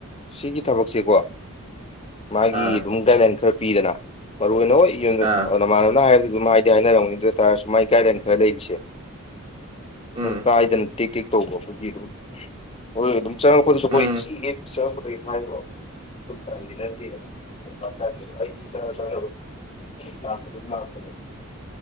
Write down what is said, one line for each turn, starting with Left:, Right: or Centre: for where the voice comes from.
Left: ꯁꯤꯒꯤ ꯊꯕꯛꯁꯦꯀꯣ ꯃꯥꯒꯤ
Right: ꯑꯥ
Left: ꯑꯗꯨꯝ ꯒꯥꯏꯗꯂꯥꯏꯟ ꯈꯔ ꯄꯤꯗꯅ ꯃꯔꯨ ꯑꯣꯏꯅ ꯍꯣꯏ
Right: ꯑꯥ
Left: ꯅꯃꯥꯟꯅꯕꯅ ꯍꯥꯏꯕꯗꯨ ꯍꯥꯏꯅꯔꯝꯅꯤ ꯑꯗꯨ ꯑꯣꯏꯇꯥꯥꯔꯁꯨ ꯃꯥꯏ ꯒꯥꯏꯗꯂꯥꯏꯟ ꯈꯔ ꯂꯩꯔꯤꯁꯦ
Right: ꯎꯝ
Left: ꯀꯥꯏꯗꯅ ꯇꯦꯛ ꯇꯦꯛ ꯇꯧꯕ ꯑꯩꯈꯣꯏꯒꯤ ꯑꯗꯨꯝ ꯍꯣꯏ ꯑꯗꯨꯝ ꯆꯪꯉꯛꯄꯗꯁꯨ ꯑꯩꯈꯣꯏ
Right: ꯎꯝ
Left: ꯏꯁꯤꯡ ꯌꯦ ꯆꯪꯕꯗꯒꯤ ꯍꯥꯏꯕ꯭ꯔꯣꯅꯗꯦ ꯑꯩ ꯄꯅꯤ ꯑꯩꯗꯤꯔ ꯂ ꯂꯥꯛꯥꯛ